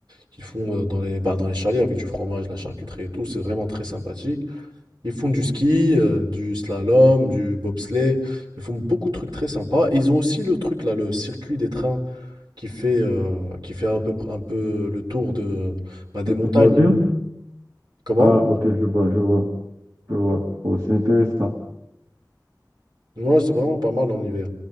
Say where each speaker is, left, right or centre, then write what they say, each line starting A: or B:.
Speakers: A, on the right; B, on the right.
A: qu'ils font euh, dans les, bah, dans les chalets avec du fromage, de la charcuterie et tout. C'est vraiment très sympathique. Ils font du ski, euh, du slalom, du bobsleigh. Ils font beaucoup de trucs très sympas. Et ils ont aussi le truc là, le circuit des trains qui fait, euh, qui fait un peu, un peu le tour de, bah, des
B: De
A: montagnes.
B: toute la ville?
A: Comment?
B: Ah, ok, je vois, je vois, je vois. Oh, c'est intéressant.
A: Ouais, c'est vraiment pas mal en hiver.